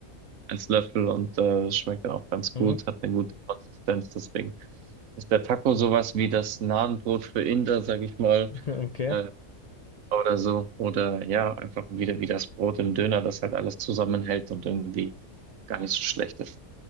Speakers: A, on the right; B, on the left.
A: als Löffel und äh, schmeckt dann auch ganz
B: Mhm.
A: gut, hat eine gute Konsistenz. Deswegen ist der Taco sowas wie das Nahenbrot für Inder, sag ich mal.
B: <laughs> Okay.
A: äh, oder so. Oder ja, einfach wieder wie das Brot im Döner, das halt alles zusammenhält und irgendwie gar nicht so schlecht ist.